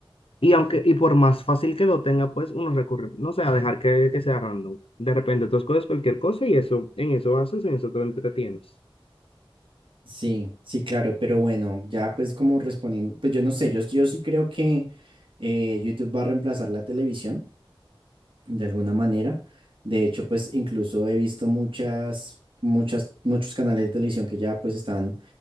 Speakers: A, on the left; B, on the right.
A: Y aunque, y por más fácil que lo tenga, pues uno recurre, no sé, a dejar que, que sea random. De repente tú escoges cualquier cosa y eso, en eso haces, en eso te entretienes.
B: Sí, sí, claro, pero bueno, ya pues como respondiendo, pues yo no sé, yo, yo sí creo que eh, YouTube va a reemplazar la televisión de alguna manera. De hecho, pues incluso he visto muchas, muchas, muchos canales de televisión que ya pues están